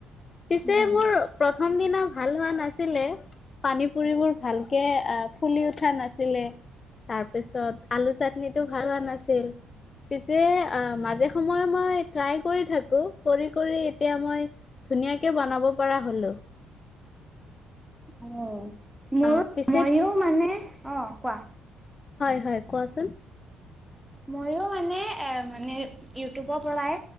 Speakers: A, on the left; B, in the centre.
A: পিছে
B: উম
A: মোৰ প্ৰথম দিনা ভাল হোৱা নাছিলে। পানী পুৰিবোৰ ভালকে আহ ফুলি উঠা নাছিলে। তাৰপিছত আলু চাটনিটো ভাল হোৱা নাছিল। পিছে আহ মাজে সময়ে মই ট্ৰাই কৰি থাকো। কৰি কৰি এতিয়া মই ধুনীয়াকে বনাব পৰা হ'লোঁ।
B: অ মোৰ
A: আহ পিছে
B: মইও মানে অ কোৱা
A: হয় হয় কোৱাচোন।
B: মইও মানে এ মানে ইউটিউবৰ পৰাই